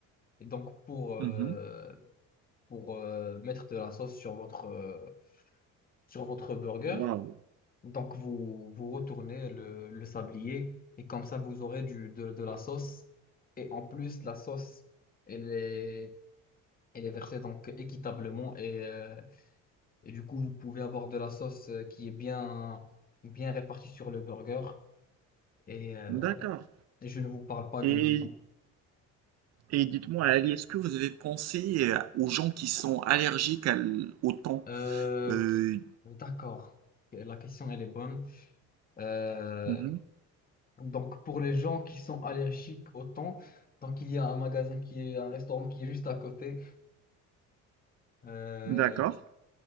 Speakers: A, on the left; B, on the right.
A: Et donc pour euh,
B: Mhm.
A: pour euh, mettre de la sauce sur votre euh, sur votre burger,
B: Waouh.
A: Donc, vous, vous retournez le, le sablier et comme ça, vous aurez du, de, de la sauce. Et en plus, la sauce, elle est, elle est versée donc équitablement. Et, euh, et du coup, vous pouvez avoir de la sauce euh, qui est bien, bien répartie sur le burger. Et, euh,
B: D'accord.
A: et je ne vous parle pas
B: Et
A: du, du goût.
B: Et dites-moi, Ali, est-ce que vous avez pensé euh, aux gens qui sont allergiques à l- au thon?
A: Euh,
B: Euh,
A: d'accord. La question, elle est bonne. Euh,
B: mhm,
A: donc, pour les gens qui sont allergiques au thon, donc il y a un magasin qui est, un restaurant qui est juste à côté. Euh,
B: d'accord.